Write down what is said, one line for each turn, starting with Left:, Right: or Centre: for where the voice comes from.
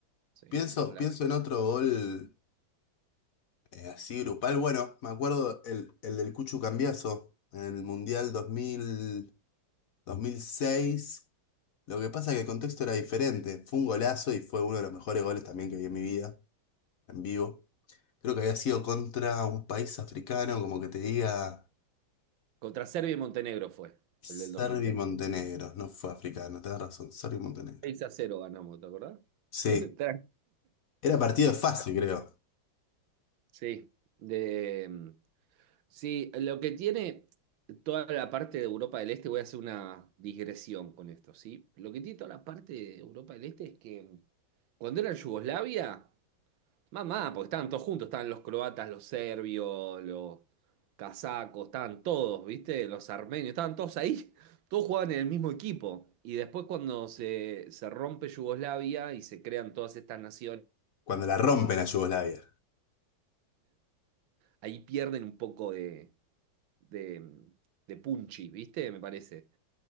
Right: sí,
Left: pienso,
Right: es un golazo.
Left: pienso en otro gol Eh, así grupal, bueno, me acuerdo el, el del Cuchu Cambiazo en el Mundial dos dos mil dos mil seis Lo que pasa es que el contexto era diferente. Fue un golazo y fue uno de los mejores goles también que vi en mi vida, en vivo. Creo que había sido contra un país africano, como que te diga
Right: Contra Serbia y Montenegro fue,
Left: Serbia
Right: el del 2006.
Left: y Montenegro.
Right: seis
Left: No fue africano, tenés razón, Serbia y Montenegro.
Right: seis a cero ganamos, ¿te acordás?
Left: Sí,
Right: <laughs> Tranqui,
Left: era partido de fase, creo,
Right: Sí, de, mm, sí, lo que tiene toda la parte de Europa del Este, voy a hacer una digresión con esto, ¿sí? Lo que tiene toda la parte de Europa del Este es que mm, cuando era en Yugoslavia, mamá, porque estaban todos juntos, estaban los croatas, los serbios, los casacos, estaban todos, ¿viste? Los armenios, estaban todos ahí, <laughs> todos jugaban en el mismo equipo. Y después cuando se, se rompe Yugoslavia y se crean todas estas naciones,
Left: cuando la rompen a Yugoslavia.
Right: ahí pierden un poco de de, de punchi, ¿viste? Me parece.